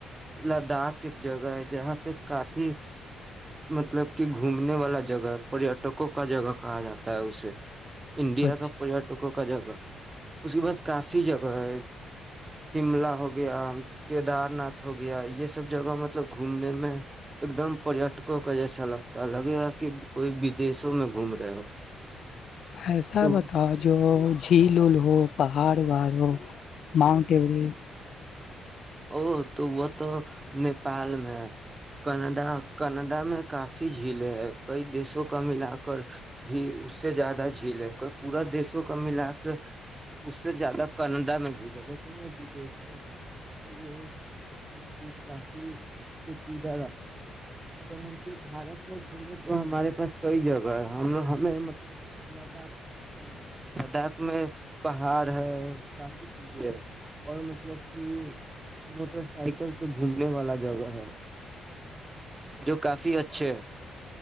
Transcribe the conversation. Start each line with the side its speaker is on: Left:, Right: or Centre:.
Right: لداخ ایک جگہ ہے جہاں پہ کافی مطلب کہ گھومنے والا جگہ پریٹکوں کا جگہ کہا جاتا ہے اسے انڈیا
Left: اچھا
Right: کا پریٹکوں کا کا جگہ اس کے بعد کافی جگہ ہے شملہ ہوگیا کیدار ناتھ ہوگیا یہ سب جگہ مطلب گھومنے میں ایک دم پٹ کا جیسا لگتا لگے گا کہ کوئی بدشوں میں گھوم رہے ہو
Left: ایسا
Right: تو
Left: بتاؤ جو جھیلل ہو پہاڑ واڑ ہو مگ ٹی بڑی
Right: او تو وہ تو نیپال میں ہے کنڈا کنڈا میں کافی جھیلیں ہے کئی دیشوں کا ملا کر بھی اس سے زیادہ جھیل پورا دیشوں کا ملا کر ک <inaudible> اس سے زیادہ قم میں جھیل ہے لیکن وہدیش کیوں نہیںی اس کے لیے مطلب کہ کافی پیچیدہ رست ہے اگر ہم بارت م گومے تو ہمارے پاس کئی جگہ ہے ہم ہمیں مطلب لداخ چلنا تھا لداخ میں پہاڑ ہے کافی چیزیں ہے اور مطلب کہ موٹر سائیکل سے گھومنے والا جگہ ہے جو کافی اچھے ہے